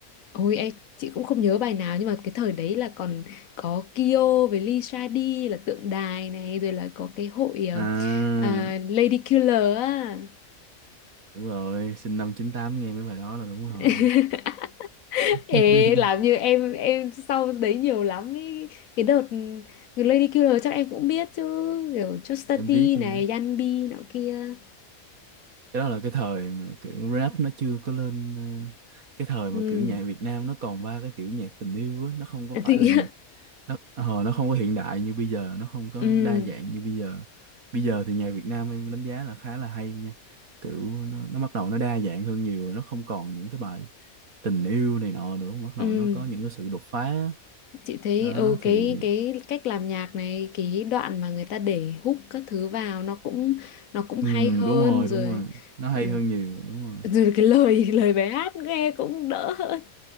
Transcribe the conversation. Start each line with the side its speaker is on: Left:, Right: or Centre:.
Left: ôi em chị cũng không nhớ bài nào nhưng mà cái thời đấy là còn có Kyo với Lisa D là tượng đài này rồi là có cái hội ờ,
Right: À,
Left: à, Lady Killer á
Right: đúng rồi, sinh năm chín tám nghe mấy bài đó là đúng rồi.
Left: <laughs>
Right: <laughs>
Left: Ê, làm như em em sau đấy nhiều lắm ý. Cái đợt The Lady Killer chắc em cũng biết chứ kiểu Chuspa
Right: Em
Left: T
Right: biết, em
Left: này
Right: biết.
Left: Yanbi nọ kia
Right: Cái đó là cái thời mà kiểu rap nó chưa có lên ờ, cái thời mà
Left: ừ
Right: kiểu nhạc Việt Nam nó còn ba cái kiểu nhạc tình yêu á, nó không có
Left: <laughs>
Right: phải
Left: thì
Right: là nhạc nó ờ, nó không có hiện đại như bây giờ nó không có
Left: ừ
Right: đa dạng như bây giờ bây giờ thì nhạc Việt Nam em đánh giá là khá là hay nha kiểu nó, nó bắt đầu nó đa dạng hơn nhiều rồi nó không còn những cái bài tình yêu này nọ nữa bắt đầu
Left: ừ
Right: nó có những cái sự đột phá
Left: chị thấy
Right: đó
Left: ừ cái
Right: thì
Left: cái cách làm nhạc này cái đoạn mà người ta để hook các thứ vào nó cũng nó cũng
Right: ừm,
Left: hay hơn
Right: đúng rồi
Left: rồi
Right: đúng rồi nó hay
Left: ừ,
Right: hơn nhiều đúng rồi
Left: rồi cái lời lời bài hát nghe cũng đỡ hơn